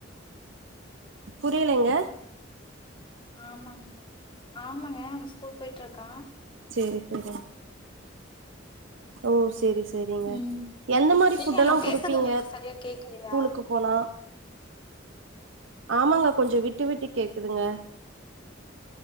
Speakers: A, on the right; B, on the left.
A: புரியலைங்க
B: ஆமாங்க ஆமாங்க அவே ஸ்கூல் போய்ட்டுருக்கா
A: சேரி சேரிங்க ஓ சேரி சேரிங்க
B: ம்
A: எந்த மாரி ஃபுட்
B: ஏங்க
A: எல்லா
B: நா
A: குடுப்பீங்க
B: பேசறது உங்களுக்கு சரியா கேக்கலையா
A: ஸ்லுக்குப் போனா ஆமாங்க கொஞ்சோ விட்டு விட்டு கேக்குதுங்க